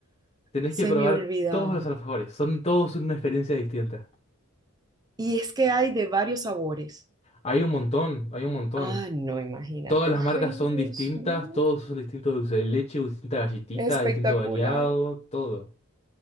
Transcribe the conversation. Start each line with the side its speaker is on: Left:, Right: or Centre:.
Left: Tenés
Right: Se
Left: que probar
Right: me olvidaba.
Left: todos los alfajores. Son todos una experiencia distinta.
Right: Y es que hay de varios sabores.
Left: Hay un montón, hay un montón.
Right: Ah, no, imagínate.
Left: Todas las marcas
Right: Ay, Dios
Left: son distintas,
Right: mío.
Left: todos son distintos dulce de leche, distinta galletita,
Right: Espectacular.
Left: distinto bañado, todo.